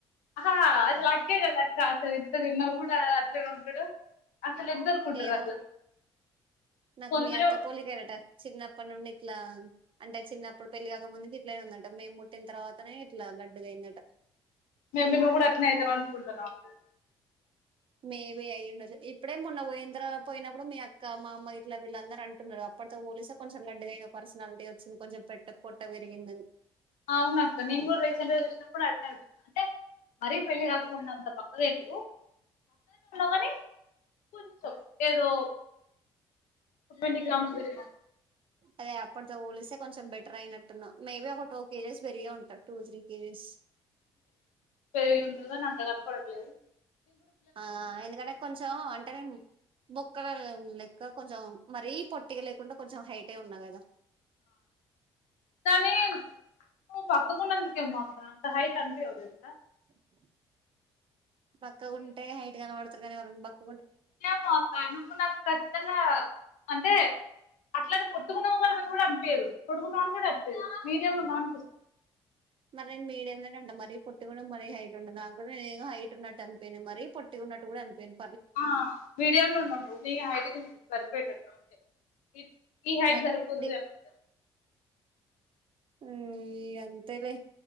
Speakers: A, on the left; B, on the right.
A: ా అది లక్ ఎ కద అక్క అసలు తిన్న కూడా అట్లనే ఉంటాడు అసలు ఎద్దరుకుంటారు
B: ఏమో
A: అట్లా
B: నాకు
A: కొందరే
B: మీ అత్త పోలిక ఎ అట చిన్నపాటి నుండి ఇట్లా అంటే చిన్నప్పుడు పెళ్లి కాక ముందు ఇట్ల ఉందట మేము పుట్టిన తర్వాతనే ఇట్లా లడ్డుగా అయిదాట్ట
A: మేబి నువ్వు కూడా అట్నే అవుతావ అనుకుంటాన్నావు అ
B: మేబి అయ్యండు ఇప్పుడే మొన్న పోఓంద్ర పోయినప్పుడు మీ అక్క మా అమ్మ ఇట్లా వీళ్ళందరు అంటున్నారు అప్పటితో పోలిసే కొంచెం లడ్డుగా అయిన పర్సనాలిటీ వచ్చింది కొంచెం పెట్ట కొట్ట పెరిగిందని
A: అవున అక్క నేను కూడా రీసెంట్ గా చూసిన కూడా అ అంటే మరీ పెళ్లిి కాకకుడాంత బక్కయే లేదు కానీ కొంచెం ఏదో ట్వంటీ గ్రామ్స్ గురి
B: అదే అప్పటితో పోలిస్తే కొంచెం బెటర్ అయినట్టున్నా మేబీ ఒక టూ కేజెస్ పెరిగి ఉంటారు టూ త్రీ కేజీస్
A: పెరిగి ఉండదని అంత కథ పడట్లేదు
B: ఆ ఎందుకంటే కొంచెం అంటేనేే బొక్కలలు లెక్క కొంచెం మరీ పొట్టిగా లేకుండా కొంచెం హైటే ఉన్నా కదా
A: కనీ నువ్ పక్కకుడాందుకేమ్మో అక్క అంత హైట్ అంత ఎవ్వదు సా
B: <inaudible> బక్కగుంటే హైట్ గనపడతరూ <inaudible>
A: మో అక్క నువ్వు నాకు ఖచ్చితంగా అంటే అట్లనే పోట్టుకున్నావ క అనిపియ్యదు పొడుగు ఉన్నవని ఆనిపియ్యదు మీడియం లో నాన్పిస్తుంది
B: మరి నే మీడియంంలోనే ఉండ మరి పొట్టి కూడా మరీ హైట్ ఉండదు నాకు కూడా న హైట్ ఉన్నట్టు అనిపోయిను మరి పొట్టి ఉన్నట్ కూడా అనిపోయిను
A: ఆ మీడియం లో ఉన్నావ్ న హైగా నేను సరిపేటట్టు అంటే ఇ ఈ హైట్
B: మరి
A: సరిపోతదో
B: డి
A: సరిపోదొ
B: హుమ్ ఇగ అంతేలే